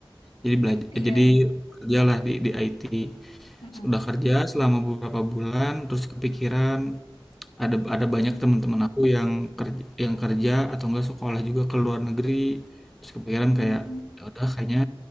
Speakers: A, in the centre; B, on the left (about 75°).
A: jadi belajar,
B: Nah, ya.
A: jadi kerjalah di di IT.
B: Mm-mm.
A: Udah kerja selama beberapa bulan, terus kepikiran, ada ada banyak
B: Mm-mm.
A: teman-teman aku yang kerja, yang kerja atau enggak sekolah juga ke luar negeri. Terus kepikiran
B: Mm-mm.
A: kayak ya udah kayaknya